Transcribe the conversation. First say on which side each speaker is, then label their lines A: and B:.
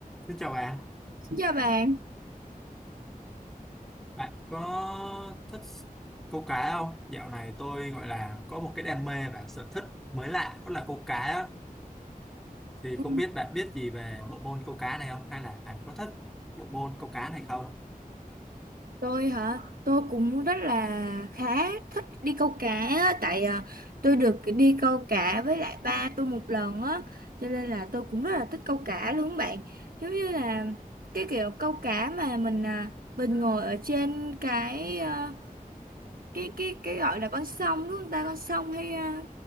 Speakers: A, in the centre; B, on the right (about 75°).
A: Xin chào bạn,
B: Chào bạn,
A: bạn có thích câu cá không? Dạo này tôi gọi là có một cái đam mê và sở thích mới lạ đó là câu cá á. Thì
B: Ừ,
A: không biết bạn biết gì về bộ môn câu cá này không? Hay là bạn có thích bộ môn câu cá này không?
B: tôi hả? Tôi cũng rất là khá thích đi câu cá á, tại à, tôi được đi câu cá với lại ba tôi một lần á, cho nên là tôi cũng rất là thích câu cá luôn bạn. Giống như là cái kiểu câu cá mà mình à, mình ngồi ở trên cái ờ, cái cái cái gọi là con sông đúng không ta con sông hay à,